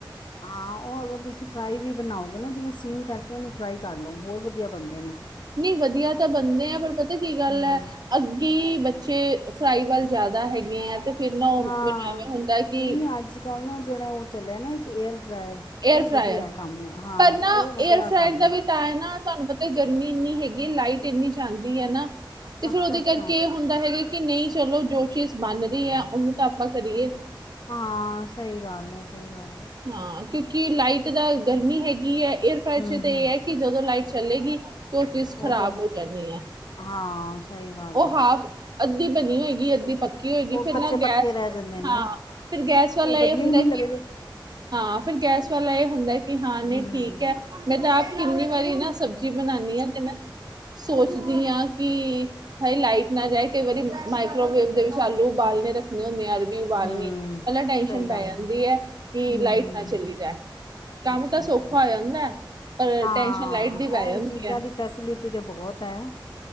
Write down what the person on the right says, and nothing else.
ਨਈ ਵਧੀਆ ਤੇ ਬਨਦੇ ਆ ਪਰ ਪਤਾ ਕੀ ਗੱਲ
ਏ ਅੱਗੇ ਈ ਬੱਚੇ ਫਰਾਈ ਵੱਲ ਜਾਦਾ ਹੈਗੇ ਏਂ ਤੇ ਫਿਰ ਨਾ ਉ ਮੈਨੂੰ
ਐਂਵੇ ਹੁੰਦੈ ਕਿ,
ਏਅਰ
ਫਰਾਅਰ
ਪਰ ਨਾ
ਏਅਰ ਫਰਾਇਰ
ਦਾ ਵੀ
ਤਾਂ ਏ ਨਾ ਤੁਹਾਨੂੰ ਪਤਾ ਤੇ ਗਰਮੀ ਇੰਨੀ ਹੈਗੀ, ਲਾਈਟ ਇੰਨੀ ਜਾਂਦੀ ਏ ਨਾ, ਤੇ ਫੇਰ
ਉਦੇ
ਕਰਕੇ ਹੁੰਦਾ ਹੈਗਾ ਕਿ ਨਈ ਚਲੋ ਜੋ ਚੀਜ਼ ਬਨ ਰਈ ਐ, ਉਨੂੰ ਤਾਂ ਆਪਾਂ ਕਰੀਏ।
ਹਾਂ ਕਿਉਂਕਿ ਲਾਈਟ ਦਾ ਗਰਮੀ ਹੈਗੀ ਏ, ਏਅਰਫਰਾਈਰ
ਚ ਤਾਂ
ਏ ਹੈ ਕਿ ਜਦੋਂ ਲਾਈਟ ਚਲੇਗੀ ਤੇ ਉ ਚੀਜ਼ ਖ਼ਰਾਬ
ਹੋ ਜਾਂਨੀ ਏ
ਉ
ਹਾਫ ਅੱਧੀ ਬਨੀ ਹੋਏਗੀ ਅੱਧੀ ਪ ਕੀ ਹੋਏਗੀ
ਫੇਰ
ਨਾ ਗੈਸ
ਹਾਂ ਫੇਰ ਗੈਸ ਵਾਲਾ
ਐ
ਹੁੰਦਾ
ਕਿ
ਹਾਂ ਫਿਰ ਗੈਸ ਵਾਲਾ ਐ ਹੁੰਦਾ ਕਿ ਹਾਂ ਨਈ
ਠੀਕ ਹੈ ਮੈਂ ਤਾਂ ਆਪ ਕਿੰਨੀ ਵਾਰੀ ਨਾ ਸ ਬਜੀ ਬਨਾਨੀ ਆਂ ਤੇ ਮੈਂ ਸੋਚਦੀ ਆਂ ਕੀ ਹਏ ਲਾਈਟ ਨਾ ਜਾਏ ਕਈ ਵਾਰੀ ਮਾਈਕਰੋਵੇਵ ਦੇ ਵਿੱਚ ਆਲੂ ਉਬਾਲਨੇ ਰੱਖਨੇ ਹੁੰਦੇ ਆ ਉਬਾਲਨੀ।
ਪੈਲਾਂ ਟੈਸ਼ਨ
ਪੈ
ਜਾਂਦੀ ਏ ਕਿ
ਲਾਈਟ
ਨਾ ਚਲੀ ਜਾਏ। ਕੰਮ
ਤਾਂ ਸੌਖਾ
ਹੋ ਜਾਂਦੈ, ਪਰ
ਟੈਨਸ਼ਨ ਲਾਈਟ ਦੀ ਪੈ
ਜਾਂਦੀ
ਏ।